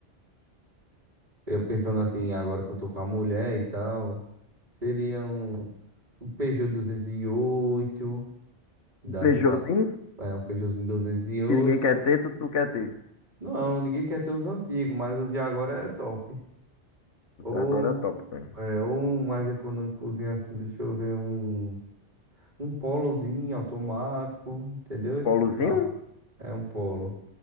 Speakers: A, on the right; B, on the left.
A: Eu pensando assim, agora que eu tô com a mulher e tal, seria um, um Peugeot 208 que
B: um
A: dá
B: Peugeotzinho,
A: assim pra, é um Peugeotzinho duzentos e oito
B: que ninguém quer ter, tu, tu quer ter.
A: Não, ninguém quer ter os antigos, mas os de agora é top. Ou
B: Agora é top, velho.
A: é um mais econômicozinho assim, deixa eu ver, um, um Polozinho automático, entendeu? Esses
B: Polozinho?
A: carros. É um Polo.